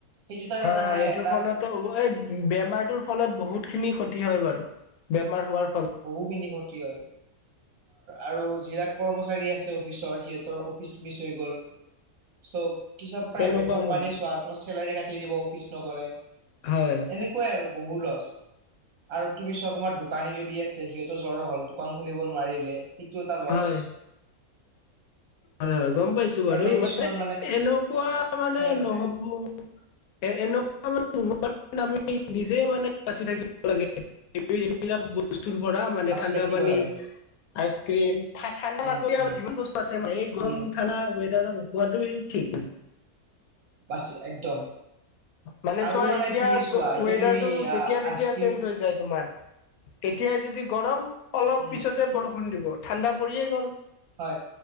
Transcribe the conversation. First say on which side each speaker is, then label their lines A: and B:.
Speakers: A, on the right; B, on the left.
A: সেইটো তাৰ
B: হয়,
A: মানে
B: হয় এইটোৰ
A: এটা
B: ফলতো বেমাৰটোৰ ফলত বহুত খিনি ক্ষতি হয় বাৰু বেমাৰ হোৱাৰ ফ
A: বহুখিনি ক্ষতি হয় আৰু যিলাক কৰ্মচাৰী আছে, অফিচৰ সিহঁত অফিচ মিছ হৈ গ'ল। চ, কিছুমান প্ৰাইভেট
B: তেনেকুৱা
A: কোম্পানী
B: মানে
A: চোৱা, তোমাৰ চেলাৰী কাটি দি'ব অফিচ নগলে।
B: হয়
A: এনেকুৱাই আৰু বহু লছ আৰু তুমি চব তমাৰ দোকানী যদি আছ সিহতৰ জ্বৰৰ হল, দোকান খুলিব নোৱাৰিলে সেইটো এটা লচ।
B: হয় হয়, হয়, গম পাইছো বাৰু
A: এনে কিছুমান
B: মানে এনেকুৱা মানে
A: সেই আৰু
B: নহব এ, এনেকুৱা মানে আমি নিজে মানে বাচি থাকিব লাগে এইবিলাক বস্তু। ভ, মানে
A: বাচি
B: ঠা
A: থাকিব
B: পানী
A: লাগে
B: আইচমি
A: উম উম
B: বস্ত আ <unintelligible> এই গৰম
A: উম
B: ঠাণ্ডা ৱেডাৰোৱাটো ঠিক ন।
A: বাছি একদম
B: মানে
A: আৰু
B: চোৱা এতিয়া
A: তুমি চোৱা এতিয়া
B: ৱেডাৰটো
A: তুমি
B: যেতিয়া
A: আহ
B: তেতিয়া
A: আইচক্ৰীম
B: চেঞ্জ হৈ যায় তোমাৰ। এতিয়াই যদি গৰম অলপ
A: উম
B: পিছতে বৰষুণ দিব ঠাণ্ডা পৰিয়ে গ'ল।
A: হয়